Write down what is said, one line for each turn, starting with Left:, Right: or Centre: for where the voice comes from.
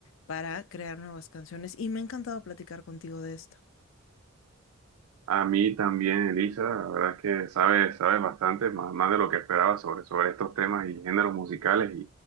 Left: para crear nuevas canciones y me ha encantado platicar contigo de esto.
Right: A mí también, Elisa, la verdad es que sabes, sabes bastante, más, más de lo que esperaba sobre, sobre estos temas y géneros musicales.